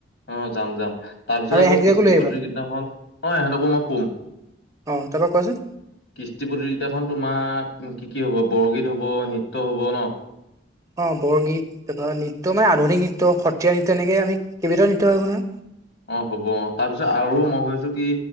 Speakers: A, on the left (about 70°); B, on the right (about 20°).
A: অঁ' যাম, যাম। তাৰ পিছত
B: আৰু
A: আকৌ
B: এহেঁতকেইটাকো
A: কৃষ্টি
B: লৈ আহিবা
A: প্ৰতিযোগিতাখন অঁ, এহেতঁকো মই ক'ম।
B: অঁ' তাপা কোৱাচোন।
A: কৃষ্টি প্ৰতিযোগিতাখন তোমাৰ কি কি হ'ব বৰগীত হ'ব, নৃত্য হ'ব ন।
B: অঁ' বৰগীত তাপা নৃত্য মানে আধুনিক নৃত্য সত্ৰীয়া নৃত্য এনেকে আমি কেইবাটাও নৃত্য আহিব নহয়।
A: অঁ' হ'ব অঁ, তাৰপিছত আৰু মই ভাবিছোঁ কি?